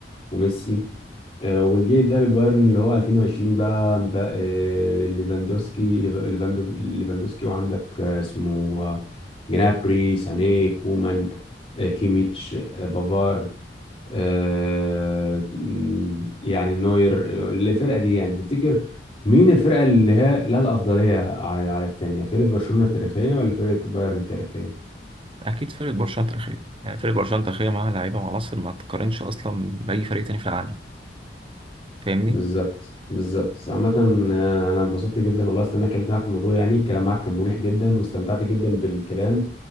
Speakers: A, on the left; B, on the right.
A: وميسي آه، والجيل الذهبي البايرن اللي هو 2020 بقى, بقى آه، ليفاندوسكي ليف- ليفاندو ليفاندوسكي وعندك آه، اسمه آه، جنابري ساني كومان آه، كيميتش آه، بافار آه، يعني نوير آه، للفرقة دي يعني تفتكر مين الفرقة اللي هي لها الأفضلية على على الثانية فرقة برشلونة التاريخية ولا فرقة بايرن التاريخية؟
B: اكيد فرقه برشلونه تاريخيه يعني فرقه برشلونه تاريخيه معاها لعيبه وعناصر ما تقارنش اصلا باي فريق تاني في العالم فاهمني
A: بالظبط بالظبط عامة آه، أنا اتبسطت جدا والله استنى اتكلمت معاك في الموضوع يعني الكلام معاك كان مريح جدا واستمتعت جدا بالكلام